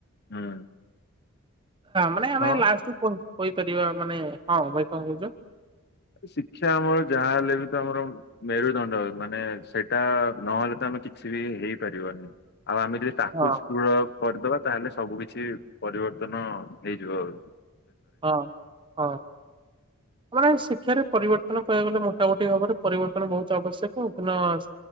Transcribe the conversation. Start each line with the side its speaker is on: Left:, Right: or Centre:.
Left: ହୁଁ
Right: ମାନେ ଆମେ
Left: ହଁ
Right: ଲାଷ୍ଟ କୁ କହି କହିପାରିବା ମାନେ ହଁ ଭାଇ କଣ କହୁଚ?
Left: ଶିକ୍ଷା ଆମର ଯାହାହଲେ ବି ତ ଆମର ମେରୁଦଣ୍ଡ ମାନେ ସେଇଟା ନହେଲେ ତମ କିଛି ବି ହେଇପାରିବନି ଆଉ ଆମେ ଯଦି ତାକୁ
Right: ହଁ
Left: ଦୃଢ କରିଦବା ତାହେଲେ ସବୁ କିଛି ପରିବର୍ତ୍ତନ ହେଇଯିବ ଆଉ
Right: ହଁ ହଁ <unintelligible> ଶିକ୍ଷାରେ ପରିବର୍ତ୍ତନ ପାଇବାକୁ ଗଲେ ମୋଟାମୋଟି ଭାବରେ ପରିବର୍ତ୍ତନ ବହୁତ ଆବଶ୍ୟକ <unintelligible>